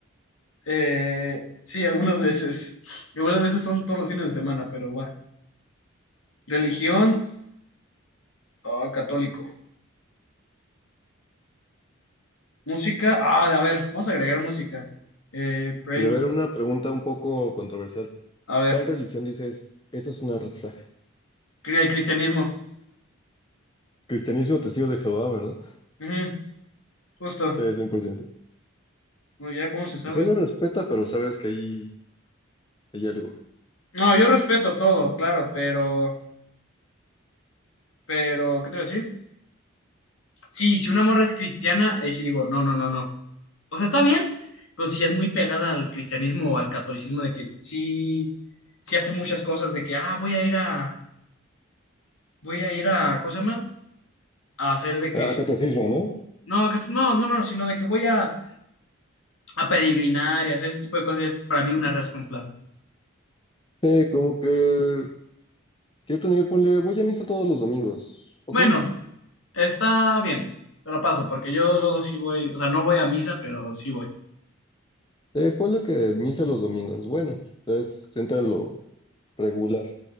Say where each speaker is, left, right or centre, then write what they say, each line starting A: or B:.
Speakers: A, on the left; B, on the left.
A: Eh, sí, algunas veces. Algunas veces son todos los fines de semana, pero va. Religión, ah, católico. Música, ah, a ver, vamos a agregar música. Eh, praying,
B: Y a ver,
A: to-
B: una pregunta un poco controversial.
A: a ver,
B: ¿Cuál religión dices, esa es una red flag?
A: cri- el cristianismo.
B: Cristianismo, testigo de Jehová, ¿verdad?
A: Ujú, justo.
B: Sí, 100%.
A: No, ya, ¿cómo se salva
B: O sea,
A: esto?
B: no respeta, pero sabes que ahí hay algo.
A: No, yo respeto todo, claro, pero, pero, ¿qué te voy a decir? Sí, si una morra es cristiana, ahí sí digo, no, no, no, no. O sea, está bien, pero si ya es muy pegada al cristianismo o al catolicismo de que sí, sí hace muchas cosas de que, ah, voy a ir a, voy a ir a, ¿cómo se llama? A hacer de
B: Ah,
A: que,
B: catecismo, ¿no?
A: no, que- no, no, no, sino de que voy a, a peregrinar y hacer ese tipo de cosas, y es para mí una res con flan.
B: Sí, como que Cierto nivel, ponle, voy a misa todos los domingos. Ok,
A: Bueno, está bien, te la paso, porque yo luego sí voy, o sea, no voy a misa, pero sí voy.
B: eh, ponle que misa los domingos. Bueno, es, entra en lo regular.